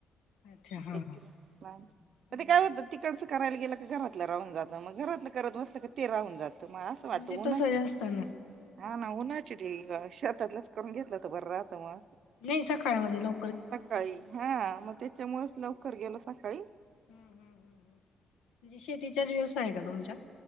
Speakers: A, on the left; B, on the right.
A: अच्छा हा
B: एक
A: हा.
B: किलोमीटर लांब
A: हम्म.
B: ते काय होतं तिकडचं करायला गेलं की घरातलं राहून जात. मग घरातलं करत बसल की ते राहून जात. मया आसं वाटत
A: मग
B: उन्हाची.
A: ते तसं जास्त ना
B: हा नाही उन्हाची ते शेतातलच करून घेतलं तर बरं राहत मग.
A: नाई सकाळमध्ये लो
B: सकाळी हा. मग त्याच्यामुळच लवकर गेलो सकाळी.
A: हम हम हम हम म्हणजे शेतीच्याच व्यवसाय हाय का तुमच्या?